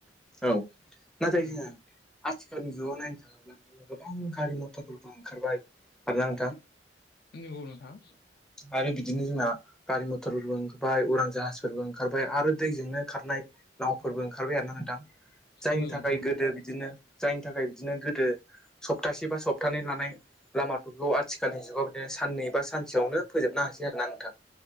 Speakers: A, in the centre; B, on the left.
A: औ नाथाय
B: उम
A: जोंहा आथिखालनि जुगाव नायनो थाङोब्ला गोबां गारि मथरफोरबो ओंखारबाय आरोना नोंथां
B: नंगौ नोंथां
A: आरो बिदिनो जोंना गारि मथरफोरबो ओंखारबाय उरां जाहाजफोरबो ओंखारबाय आरो दैजोंनो खारनाय नावफोरबो ओंखारबाय आरोना नोंथां जायनि
B: नंगौ
A: थाखाय
B: नोंथां नंगौ
A: गोदो बिदिनो जायनि थाखाय बिदिनो गोदो सप्तासे बा सप्तानै लानाय लामाफोरखौ आथिखालनि जुगाव बिदिनो साननै बा सानसेयावनो फोजोबनो हासै आरोना नोंथां